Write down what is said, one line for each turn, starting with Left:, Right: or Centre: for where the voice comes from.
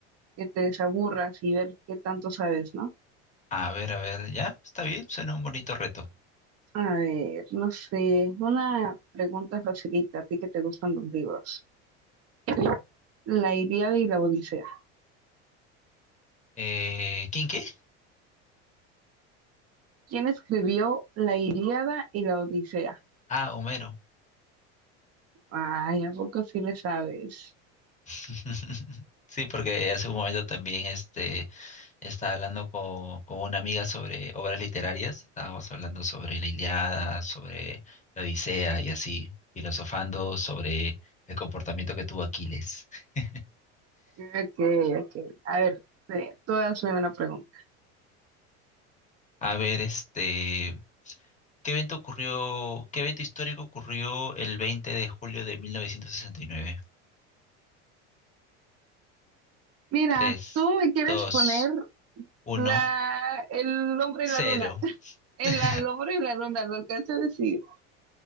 Right: que te desaburras y ver qué tanto sabes, ¿no?
Left: A ver, a ver, ya, está bien, suena un bonito reto.
Right: A ver, no sé, una pregunta facilita, a ti que te gustan los libros. ¿Quién escribió La Ilíada y la Odisea?
Left: Eh, ¿quién qué?
Right: ¿Quién escribió La Ilíada y la Odisea?
Left: Ah, Homero.
Right: Ay, ¿a poco sí le sabes?
Left: <laughs> Sí, porque hace un momento también este, estaba hablando co- con, una amiga sobre obras literarias, estábamos hablando sobre la Iliada, sobre la Odisea y así, filosofando sobre el comportamiento que tuvo Aquiles. <laughs>
Right: Ok, ok. A ver, eh, tú hazme una pregunta.
Left: A ver, este, ¿Qué evento ocurrió, qué evento histórico ocurrió el 20 de julio de 1969?
Right: Mira,
Left: Tres,
Right: tú me quieres
Left: dos,
Right: poner
Left: uno,
Right: la, el hombre
Left: cero.
Right: y la luna. El,
Left: <laughs>
Right: al hombre y la luna, lo alcanzo a decir.